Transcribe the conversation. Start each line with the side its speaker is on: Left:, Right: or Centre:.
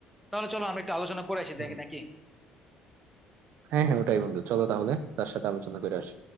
Centre: তাহলে চলো আমরা একটু আলোচনা করে আসি
Right: হুম।
Centre: দেখি নাকি
Right: হ্যাঁ হ্যাঁ ওটাই বন্ধু চলো তাহলে তার সাথে আলোচনা করে আসি